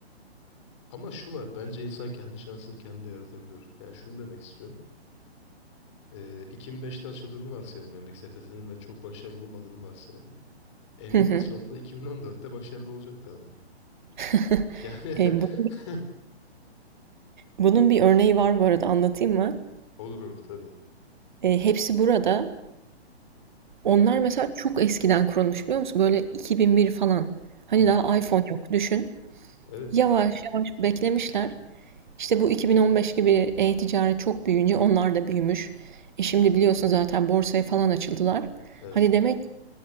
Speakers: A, on the left; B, on the right.
A: Ama şu var bence insan kendi şansını kendi de yaratabilir. Yani şunu demek istiyorum. Ee, 2005'te açıldığını varsayalım Yemek Sepeti'nin ve çok başarılı olmadığını varsayalım. Eninde
B: Hı hı.
A: sonunda 2014'te başarılı olacaktı ama.
B: <laughs>
A: Yani
B: Eee,
A: <laughs>
B: bunun bunun bir örneği var bu arada anlatayım mı?
A: olur olur tabii.
B: Eee, Hepsi Burada.
A: Hı.
B: Onlar mesela çok eskiden kurulmuş biliyor musun? Böyle 2001 falan. Hani
A: Vay.
B: daha iPhone yok düşün.
A: Evet.
B: Yavaş yavaş beklemişler. İşte bu 2015 gibi e-ticaret çok büyüyünce onlar da büyümüş. E şimdi biliyorsun zaten borsaya falan açıldılar.
A: Evet.
B: Hani demek